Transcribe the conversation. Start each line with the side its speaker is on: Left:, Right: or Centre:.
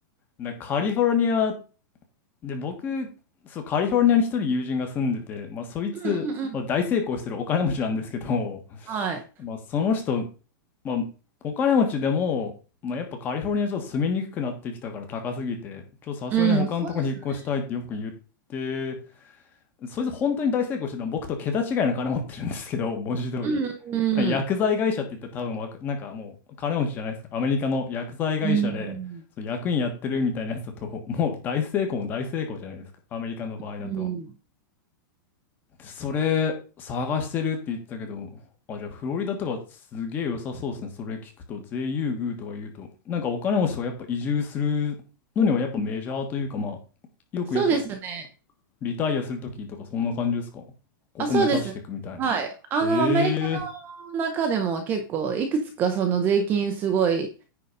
Left: な、カリフォルニアで、僕、そう、カリフォルニアに一人友人が住んでて、まあ、そいつ、
Right: うんうんうん。
Left: まあ、大成功してるお金持ちなんですけど、<laughs>
Right: はい。
Left: まあ、その人、まあ、お金持ちでも、まあ、やっぱカリフォルニアちょっと住みにくくなってきたから高すぎて、ちょっとさすがに他のとこに引っ越したいってよく言って
Right: うん、そうですね。
Left: そいつ本当に大成功してるのは僕と桁違いの金持ってるんですけど、<laughs> 文字通り。
Right: うんうん
Left: なんか薬剤会社って言ったら多分わか、なんかもう金持ちじゃないですか。アメリカの薬剤会社で、
Right: うん。
Left: そう役員やってるみたいなやつだと、<laughs> もう大成功も大成功じゃないですか。アメリカの場合だと。
Right: うん。うん。
Left: で、それ探してるって言ってたけど、あ、じゃあフロリダとかすげえ良さそうですね。それ聞くと、税優遇とか言うと、なんかお金持ちとかやっぱ移住するのにはやっぱメジャーというか、まあ、よくやっぱ
Right: そうですね。
Left: リタイアするときとかそんな感じですかここ目指していくみたいな。
Right: あ、そうですね。はい。あの、
Left: ええー。
Right: アメリカの中でも結構、いくつかその税金すごい、